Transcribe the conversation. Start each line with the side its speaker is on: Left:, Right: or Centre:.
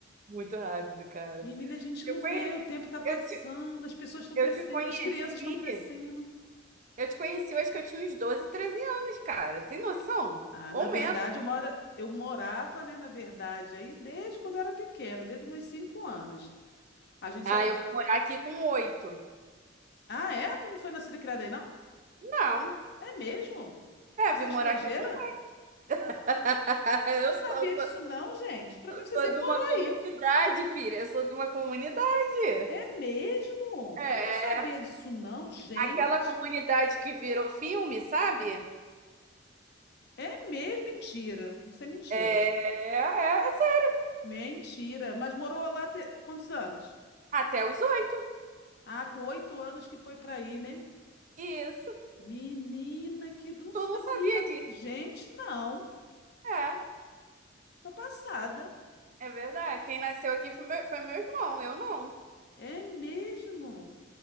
Right: Muito rápido, cara.
Left: Menina, a gente não
Right: Eu conheci,
Left: vê, o tempo tá passando,
Right: eu te,
Left: as pessoas estão
Right: eu
Left: crescendo,
Right: te conheci,
Left: as crianças estão crescendo.
Right: eu te conheci, eu acho que eu tinha uns 12, 13 anos, cara. Tem noção?
Left: Ah,
Right: Ou
Left: na verdade,
Right: menos.
Left: eu mora, eu morava, né, na verdade, aí desde quando eu era pequena, desde meus cinco anos. A gente
Right: Ah,
Left: só.
Right: eu vim morar aqui com 8.
Left: Ah, é? Tu não foi nascida e criada aí, não?
Right: Não.
Left: É mesmo?
Right: É,
Left: Você
Right: vim morar
Left: é estrangeira?
Right: aqui com. <laughs>
Left: Eu não
Right: Eu
Left: sabia
Right: sou. Sou
Left: disso não, gente. Para mim você
Right: sou
Left: sempre
Right: de
Left: morou
Right: uma comunidade,
Left: aí.
Right: filha. Eu sou de uma comunidade.
Left: É mesmo?
Right: É.
Left: Eu não sabia disso não, gente.
Right: Aquela comunidade que virou filme, sabe?
Left: É mesmo mentira. Isso é mentira.
Right: É, é, é assim,
Left: Mentira. Mas morou lá te- quantos anos?
Right: até os oito.
Left: Ah, com oito anos que foi para aí, né?
Right: Isso.
Left: Menina, que não sabia.
Right: Eu não sabia disso.
Left: Gente, não.
Right: É,
Left: Tô passada.
Right: é verdade. Quem nasceu aqui foi meu, foi meu irmão, eu não.
Left: É mesmo?